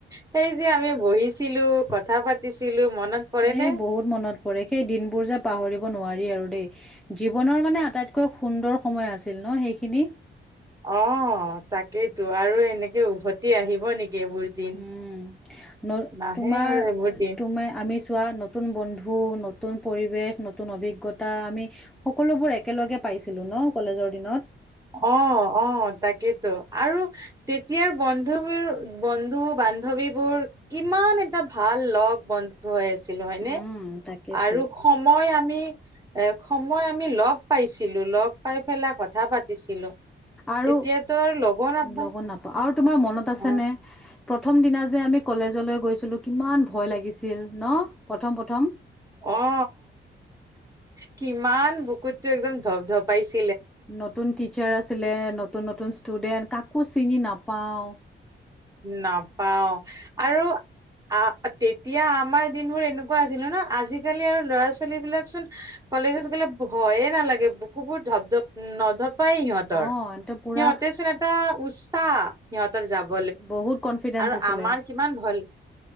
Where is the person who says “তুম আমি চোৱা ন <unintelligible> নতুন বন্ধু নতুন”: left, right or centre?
Centre